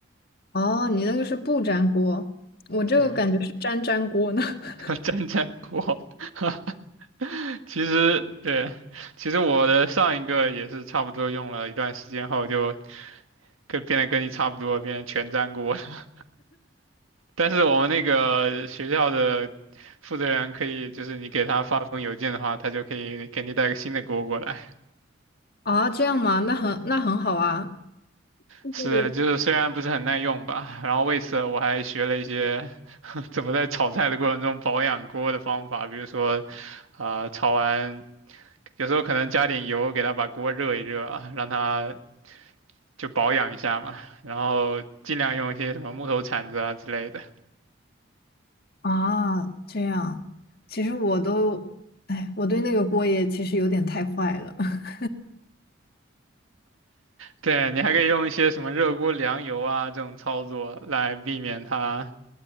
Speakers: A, on the left; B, on the right.
A: 哦，你那个是不粘锅，我这个感觉是粘粘锅呢。
B: 对，
A: <laughs>
B: <laughs> 粘粘锅。<laughs> 其实对，其实我的上一个也是差不多用了一段时间后就跟变得跟你差不多，变成全粘锅了。但是我们那个学校的负责人可以，就是你给他发封邮件的话，他就可以给你带个新的锅过来。
A: 啊，这样吗？那很那很好啊，就是
B: 是，就是虽然不是很耐用吧，然后为此我还学了一些 <laughs> 怎么在炒菜的过程中保养锅的方法，比如说，啊、炒完有时候可能加点油给他把锅热一热啊，让他就保养一下嘛，然后尽量用一些什么木头铲子啊之类的。
A: 啊，这样，其实我都，哎，我对那个锅也其实有点太坏了。<laughs>
B: 对，你还可以用一些什么热锅凉油啊这种操作来避免它。